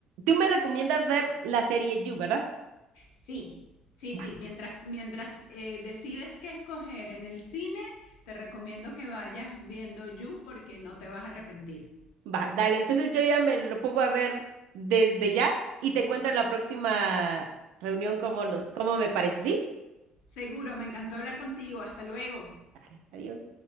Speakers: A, on the right (about 80°); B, on the left (about 75°).
A: tú me recomiendas ver la serie You, ¿verdad?
B: Sí, sí, sí.
A: Va.
B: Mientras, mientras eh, decides qué escoger en el cine, te recomiendo que vayas viendo You porque no te vas a arrepentir.
A: Va, dale, entonces yo ya me lo pongo a ver desde ya y te cuento en la próxima reunión cómo, no, cómo me parece, ¿sí?
B: Seguro, me encantó hablar contigo. Hasta luego.
A: Dale, adiós.